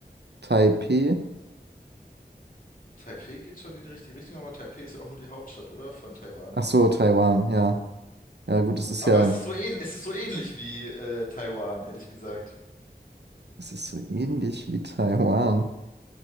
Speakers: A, on the right; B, on the left.
A: Taipei.
B: Taipei geht schon in die richtige Richtung, aber Taipei ist ja auch nur die Hauptstadt, oder? Von Taiwan.
A: Ach so, Taiwan, ja. Ja, gut, es ist
B: Aber
A: ja,
B: es ist so ähn es ist so ähnlich wie äh, Taiwan, ehrlich gesagt.
A: es ist so ähnlich wie Taiwan.